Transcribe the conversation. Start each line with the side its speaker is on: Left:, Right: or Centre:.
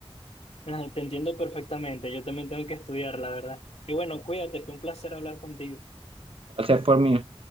Left: ah, Te entiendo perfectamente. Yo también tengo que estudiar, la verdad. Y bueno, cuídate, fue un placer hablar contigo.
Right: Placer fue mío.